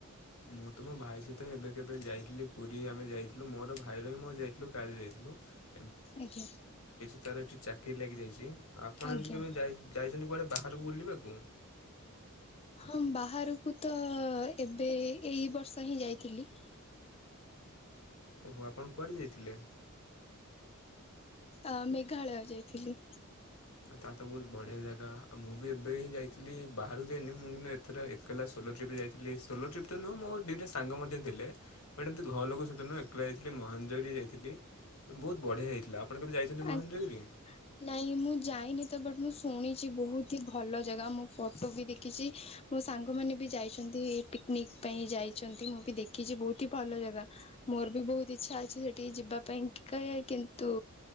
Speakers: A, on the left; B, on the left.
A: ମୁଁ ତ ମୋ ଭାଇ ସହିତ ଏବେ କେବେ ଯାଇଥିଲି ପୁରୀ ଆମେ ଯାଇଥିଲୁ, ମୋର ଭାଇ ର ହିଁ <unintelligible> ମଁ ଯାଇଥିଲି। କାରେୁ <unintelligible>
B: ଆଜ୍ଞା।
A: ରେ ଟିକେ ଚାକିରି ଲାଗିଯାଇଛି, ଆପଣ
B: ଆଜ୍ଞା
A: ଏମିତି କେବେ ଯ ଯାଇଛନ୍ତି କୁଆଡେ ବାହାରକୁ ବୁଲିବାକୁ। ଗୁ <inaudible>
B: ହଁ ବାହାରକୁ ତ ଏବେ ଏଇ ବର୍ଷ ହିଁ ଯାଇଥିଲି।
A: ଓହୋ, ଆପଣ କୁଆଡେ ଯାଇଥିଲେ?
B: ଅ ମେଘାଳୟ ଯାଇଥିଲି।
A: ତା ତ ବହୁତ ବଢିଆ ଜାଗା, ମୁଁ ଏବେ ହିଁ ଯାଇଥିଲି ବାହାରୁ ଯାଇନି, ମୁଁ ଏଥର ଏକଲା ସତ ସୋଲୋ ଟ୍ରପ୍ ଯାଇଥିଲ ସୋଲୋ ଟ୍ରପ ତ ନୁହ, ଦୁଇଟା ସାଙ୍ଗ ମଧ୍ୟ ଥିଲେ ବଟ ଏମିତି ଘର ଲୋକ ସହିତ ନୁହଁ ଏକଲା ଯାଇଥିଲ ମ ମଞ୍ଜରିୀ ଯାଇଥିଲି, ବହୁତ ବଢ଼ିଆ ହେଇଥିଲା। ଆପଣ କେବେ ଯାଇଛନ୍ତି ମହେନ୍ଦ୍ରଗିରି?
B: ଆଜ୍ଞା ନାଇଁ ମୁଁ ଯାଇନି ତ ବଟ ମୁଁ ଶୁନିଛି, ତ ହି ଭଲ ଜାଗା, ମୁଁ ଫଟୋ ବି ଦେଖିଛି, ମୋ ସାଙ୍ଗ ମାନେ ବି ଯାଇଛନ୍ତି ପିକନିକ ପାଇଁ ଯାଇଛନ୍ତି ମୁଁ ବି ଦେଖିଛି ବହୁତ ଭଲ ଜାଗା, ମୋର ବି ବହୁତ ଚାଲିଛି ସେଠିକି ଯିବା ପାଇଁ, କି କହେ କିନ୍ତୁ